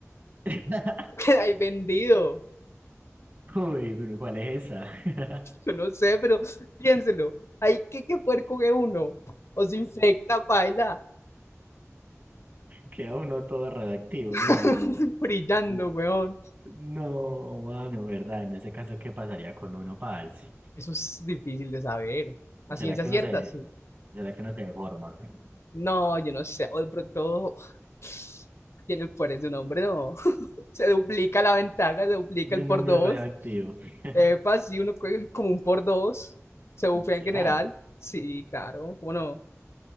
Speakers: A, on the right; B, on the left.
A: <laughs>
B: <laughs> Queda ahí vendido.
A: Uy, pero ¿cuál es esa? <laughs>
B: Yo no sé, pero piénselo. ¿Hay qué, qué puerco que uno? O se infecta, paila.
A: Queda uno todo radioactivo.
B: <laughs>
A: No,
B: Brillando,
A: u-
B: weón.
A: no, mano, ¿verdad? En ese caso, ¿qué pasaría con uno, parce?
B: Eso es difícil de saber. A ciencia
A: ¿Será que
B: cierta,
A: uno se,
B: sí.
A: será que uno se deforma? <laughs>
B: No, yo no sé, o de pronto <sighs> tiene el poder de un hombre, no. <laughs> Se duplica la ventaja, se duplica
A: De
B: el
A: un
B: por
A: hombre
B: dos.
A: radioactivo. <laughs>
B: Epa, si uno juega el- como un por dos, se bufea
A: ¿Será?
B: en general. Sí, claro, bueno,